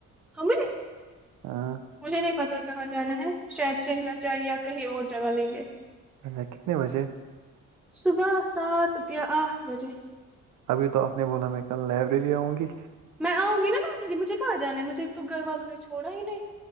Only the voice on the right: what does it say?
ہاں
ا کتنے بجے
ابھی تو آپ نے بولا میں کل لائبریری آؤں گی